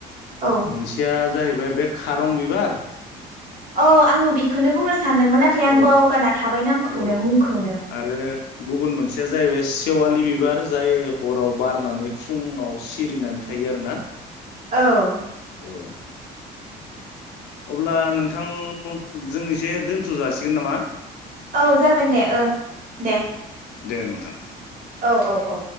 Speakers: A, on the right; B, on the left.
A: औ
B: मोनसेया जाहैबाय बे खारं बिबार
A: औ आङो बेखौनो बुंनो सानदोंमोन नाथाय
B: औ
A: बावगारना थाबाय नामखौनो
B: औ
A: मुंखौनो।
B: आरो गुबुन मोनसेया जाहैबाय सेवालि बिबार जाय हराव बारनानै फुङाव सिरिनानै थायो आरो ना।
A: औ
B: औ अब्ला नोंथां जों एसे दोन्थ' जासिगोन नामा?
A: औ जागोन दे ओ दे।
B: दे नोंथां।
A: औ औ औ।